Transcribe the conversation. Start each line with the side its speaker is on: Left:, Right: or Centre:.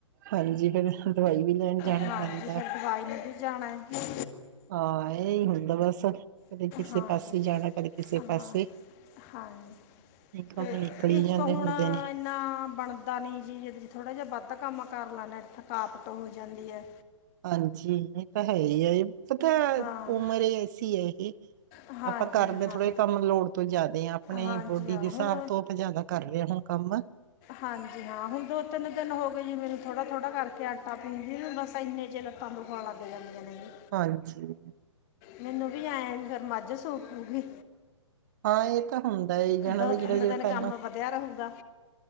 Right: ਹਾਂਜੀ, ਫੇਰ ਦਵਾਈ ਵੀ ਲੈਣ ਜਾਣਾ
Left: ਹਾਂਜੀ
Right: ਪੈਂਦਾ।
Left: ਫਿਰ ਦਵਾਈ ਨੇ ਵੀ ਜਾਣਾ ਹੈ
Right: ਹਾਂ ਇਹੀ ਹ ਹਾਂ, ਬਸ। <inaudible> ਕਿਸੇ
Left: ਹਾਂਜੀ,
Right: ਪਾਸੇ ਜਾਣਾ ਕਦੇ ਕਿਸੇ
Left: ਹਾਂ!
Right: ਪਾਸੇ
Left: ਹਾਂਜੀ,
Right: ਕੰਮ
Left: ਤੇ
Right: ਨਿਕਲ ਹੀ
Left: ਇੱਕ
Right: ਜਾਂਦੇ
Left: ਹੁਣ
Right: ਹੁੰਦੇ ਨੇ।
Left: ਨਾ ਬਣਦਾ ਨੀ ਜੀ ਜਿਸ ਦਿਨ ਥੋੜ੍ਹਾ ਜਈ ਵੱਧ ਕੰਮ ਕਰ ਲੈਂਦੇ ਆ ਤਾਂ ਥਕਾਵਟ ਹੋ ਜਾਂਦੀ ਐ।
Right: ਹਾਂਜੀ, ਏ ਤਾਂ ਹੈ ਈ ਏ, ਪਤਾ
Left: ਹਾਂ
Right: ਉਮਰ ਈ ਐਸੀ ਏਹ।
Left: ਹਾਂਜੀ
Right: ਆਪਾਂ ਕਰਦੇ
Left: ਹਾਂ
Right: ਥੋੜ੍ਹਾ ਜਏਆ ਕੰਮ ਲੋੜ ਤੋਂ ਜਾਦੇ ਆ ਆਪਣੇ
Left: ਹਾਂਜੀ
Right: ਬਾਡੀ
Left: ਹਾਂ
Right: ਦੀ
Left: ਹੁਣ
Right: ਸਾਬ ਤੋ ਅਸੀਂ ਜਾਦਾ ਕਰ ਰਹੇ ਆ ਹੁਣ ਕੰਮ
Left: ਹਾਂਜੀ ਹਾਂ ਹੁਣ ਦੋ-ਤਿੰਨ ਦਿਨ ਹੋ ਗਏ ਜੀ ਮੈਨੂੰ ਥੋੜ੍ਹਾ-ਥੋੜ੍ਹਾ ਕਰਕੇ ਆਟਾ ਪੀਂਦੀ ਨੂੰ ਬਸ ਏਨੇ ਚਿਰ ਸਾਨੂੰ ਬਾਲਾ ਤੇ ਲੱਗ ਜਾਂਦੀਆਂ ਜੀ।
Right: ਹਾਂਜੀ।
Left: ਮੈਨੂੰ ਵੀ ਐ ਫੇਰ ਮੱਝ ਸੂ ਪੂਗੀ।
Right: ਹਾਂ, ਏਹ ਤਾਂ ਹੁੰਦਾ ਈ ਆ ਜਾਣਾ
Left: ਦੋ
Right: ਵੀ ਜੇੜਾ-ਜੇੜਾ
Left: ਤਿੰਨ ਦਿਨ
Right: ਪੈਲਾਂ
Left: ਕੰਮ ਵਧਿਆ ਰਹੂਗਾ